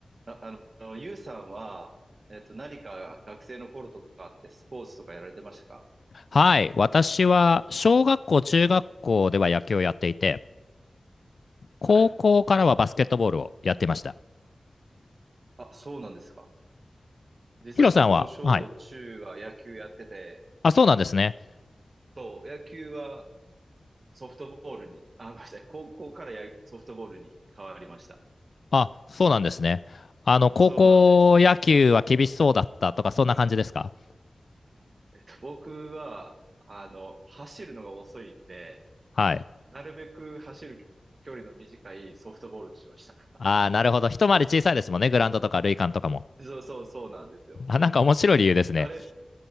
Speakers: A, on the right; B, on the left.
A: あ、あの、ゆうさんは、えっと、何か学生の頃とかってスポーツとかやられてましたか
B: はい。私は、小学校、中学校では野球をやっていて、高校からはバスケットボールをやっていました。
A: はい。あ、そうなんですか。実は僕も小中は野球やってて、
B: ヒロさんは、はい。あ、そうなんですね。
A: そう、野球はソフトボールに、あ、ごめんなさい、高校からやソフトボールに変わりました。
B: あ、そうなんですね。あの、高校野球は厳しそうだったとか、
A: そうなんです。
B: そんな感じですか
A: えっと、僕は、あの、走るのが遅いんで、
B: はい。
A: なるべく走る距離の短いソフトボールにしました。
B: ああ、なるほど。一回り小さいですもんね。グラウンドとか、塁間とかも。
A: <laughs> そうそうそうなんですよ。
B: あ、なんか面白い理由ですね。
A: あれ、